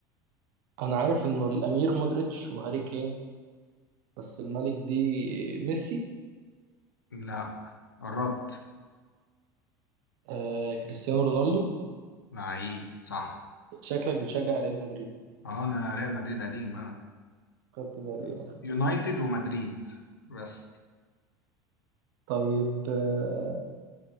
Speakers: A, on the right; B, on the left.
A: انا عارف انه الامير مودريتش وهاري كين بس الملك دي ميسي
B: لا قربت
A: آه كريستيانو رونالدو
B: لعيب صح
A: شكلك بتشجع ريال مدريد
B: اه انا ريال مدريد قديم انا
A: خدت بالي آه.
B: يونايتد ومدريد بس
A: طيب آه